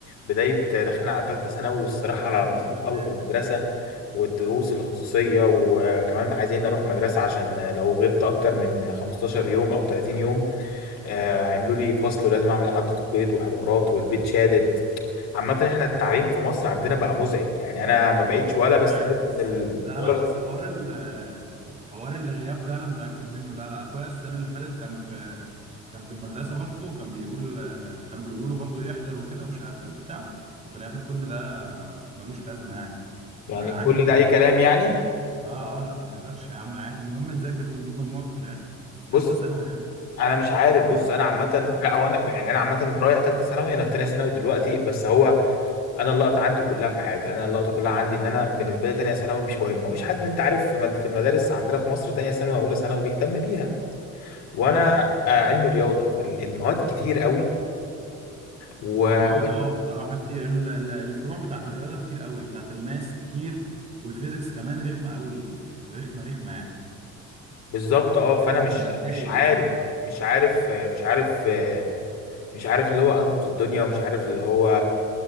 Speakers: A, on the left; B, on the right.
A: بداية داخلين على
B: ما-
A: تالتة ثانوي والصراحة
B: عشان الامتحانات
A: مخنوق قوي في المدرسة والدروس الخصوصية وكمان عايزين نروح مدرسة عشان لو غبت اكتر من 15 يوم او 30 يوم آه، هيعملوا لي فصل ولازم اعمل اعاده قيد وحوارات والبيت شادد عامه احنا التعليم في مصر عندنا بقى مزعج يعني انا ما بقتش ولا بستفاد
B: مش عارف بس
A: من ال...
B: لا
A: ولا
B: لا بس حوار ال حوار الغياب ده انا متأكد منه لا لا اخويا السنة اللي فاتت كان في كان في المدرسة برضه وكان بيقول كانوا بيقولوا له برضه يحضر وكده ومش عارف ايه وبتاع وفي الاخر كل ده ملوش لازمة يعني
A: يعني
B: آه، عادي
A: كل
B: ما تحضرش
A: ده اي كلام
B: يعني
A: يعني
B: اه اه لا ما تحضرش يا عم عادي المهم نذاكر ونجيب مجموع في الاخر بس تالتة
A: بص
B: ثانوي يعني
A: انا مش عارف بص انا عامه لا هو انا يعني انا عامه رايح ثالثه ثانوي انا في ثانيه ثانوي دلوقتي بس هو انا اللقطه عندي كلها في حاجه انا اللقطه كلها عندي ان انا بالنسبه لي ثانيه ثانوي مش مهمه مفيش حد انت عارف في مد- في المدارس عندنا في مصر ثانيه ثانوي واولى ثانوي بيهتم بيها وانا
B: اه
A: آه، علم رياضه فالمواد كتير قوي و...
B: يعني مواد اه بصراحة كتير ال- ال- الفروع بتاعت الرياضة كتير قوي بتاعت الماس كتير والفيزيكس كمان رخمة قوي رخمة رخمة يعني
A: بالظبط اه فانا
B: انا
A: مش
B: بتضايق
A: مش عارف
B: يعني
A: مش عارف مش عارف مش عارف اللي هو اظبط الدنيا ومش عارف اللي هو